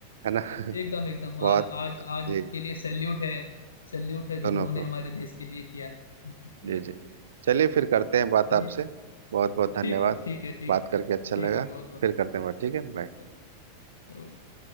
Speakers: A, on the right; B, on the left.
A: है ना
B: एकदम
A: <laughs>
B: एकदम
A: बहुत
B: आज आज आज
A: जी
B: उनके लिए सैल्यूट है सैल्यूट है जो
A: दोनों
B: उन्होंने
A: को
B: हमारे देश के लिए किया है हम्म,
A: जी
B: एकदम
A: जी चलिए फिर करते हैं बात
B: चलिए
A: आपसे बहुत बहुत धन्यवाद
B: ठीक है ठीक है ठीक
A: बात
B: है
A: करके अच्छा
B: ठीक
A: लगा
B: है बहुत बहुत
A: फिर करते हैं बात ठीक है बाय
B: ठीक है ओके